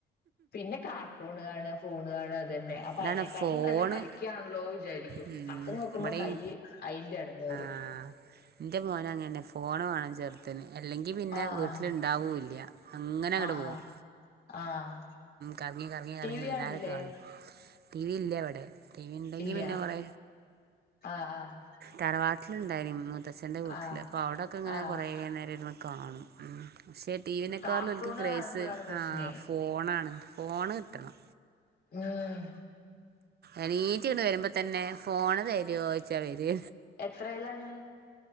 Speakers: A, on the left (about 55°); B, on the right (about 55°).
A: പിന്നെ കാ ട്ടൂണ് കാണ ഫോണ് കാണ ഇതന്നെ അപ്പൊ
B: അതാണ്
A: അയിനെക്കാട്ടിലും
B: ഫോണ്
A: നല്ല കളിക്കാണല്ലോ വിചാരിക്കും.
B: ഉം
A: അപ്പൊ നോക്കുമ്പോ
B: ഇബടീം
A: കൈ അയിന്റെ എടങ്ങേറ്
B: ആഹ് ഇന്റെ മോനങ്ങനന്നെ ഫോണ് വേണം ചെർ മതന്നെ അല്ലെങ്കിൽ പിന്നെ
A: ആഹ്
B: വീട്ടിലുണ്ടാവുല്ല അങ്ങനെ അങ്ങട്ട്
A: ആഹ്
B: പോകും.
A: ആഹ് ആഹ്
B: കറങ്ങി കറങ്ങി കറങ്ങി
A: ടി വി
B: വൈന്നേരൊക്കെ
A: കാണില്ലേ
B: കാണും ടിവി ഇല്ല ഇവടെ ടി വി ഇണ്ടെങ്കിൽ
A: ഇല്ല
B: പിന്നെ കുറേ
A: ആഹ് ആഹ്
B: തറവാട്ടിലുണ്ടായിനിം മുത്തച്ഛ്ന്റെ വീട്ടില്
A: ആഹ്
B: അപ്പൊ അവിടൊക്കെ ഇങ്ങനെ
A: ആഹ്
B: കുറെ നേരം ഇരിന്ന് കാണും പക്ഷേ ടി വിനേക്കാളും
A: കാർട്ടൂണ്
B: ഓല്ക്ക് ക്രേയ്സ്
A: കാണുമ്പോഴാണ് പ്രശ്നേ
B: ആഹ് ഫോണാണ് ഫോണ് കിട്ടണം
A: ആഹ്
B: എനീറ്റ്ങ്ങട്ട് വരുമ്പോ തന്നെ ഫോണ് തരോ? ച്ച വര്
A: എത്രയിലാണ്